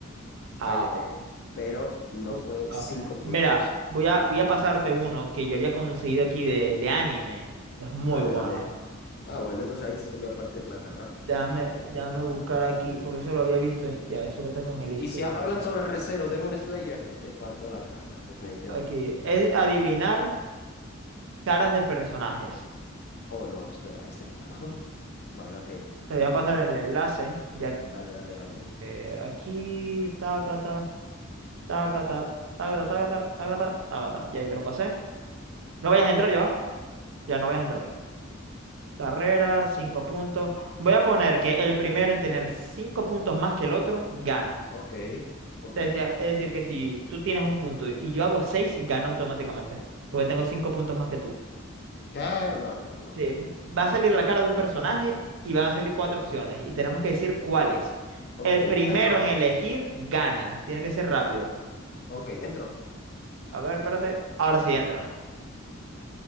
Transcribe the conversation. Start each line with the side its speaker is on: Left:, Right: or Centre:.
Right: Ah,
Left: Cállate. Pero no
Right: Uh,
Left: fue
Right: ah,
Left: cinco puntos.
Right: Mira, voy a, voy a pasarte uno que yo había conseguido aquí de, de anime. Es muy
Left: Dale,
Right: bueno.
Left: dale. Ah, bueno, entonces ahí sí te voy a partir la cara.
Right: Déjame, déjame buscar aquí, porque eso lo había visto. en- ya, eso lo tengo en el historial.
Left: Y si hablan sobre Re:Zero, Demon Slayer, eh, te parto la cara, definitivamente.
Right: Aquí. Es adivinar caras de personajes.
Left: Oh, no, espera, este es malo. <laughs> Bueno, ok.
Right: Te voy a pasar el enlace. Ya, que,
Left: Dale, dale, dale.
Right: eh, aquí, tacata, tacata, tacata, tacata, tacata, tacata. Ya ahí te lo pasé. No vayas a entrar,
Left: Ay,
Right: ya va. Ya no vayas a entrar. Carrera, cinco puntos. Voy a poner que el primero en tener cinco puntos más que el otro gana.
Left: ok, ok.
Right: Es decir, es decir, que si tú tienes un punto y yo hago seis, gana automáticamente. Porque tengo cinco puntos más que tú.
Left: ¿Qué? No, no, no, hombre.
Right: Sí, va a salir la cara de un personaje y van a salir cuatro opciones. Y tenemos que decir cuáles.
Left: Ok,
Right: El primero
Left: entro.
Right: en elegir gana. Tiene que ser rápido.
Left: Ok, entro.
Right: A ver, espérate. Ahora sí entra.